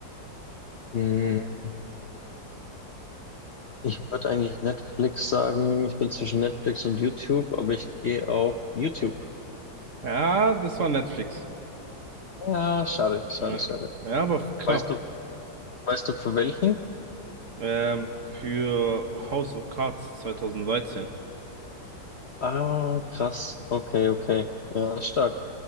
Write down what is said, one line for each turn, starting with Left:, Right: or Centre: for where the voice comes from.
Left: Mhm. Ich würde eigentlich Netflix sagen. Ich bin zwischen Netflix und YouTube, aber ich gehe auf YouTube.
Right: Ja, das war Netflix.
Left: Ja, schade, schade,
Right: Ja,
Left: schade.
Right: ja aber knapp.
Left: Weißt du, weißt du für welchen?
Right: Ähm, für House of Cards 2013.
Left: Ah, krass. Okay, okay. Ja, stark.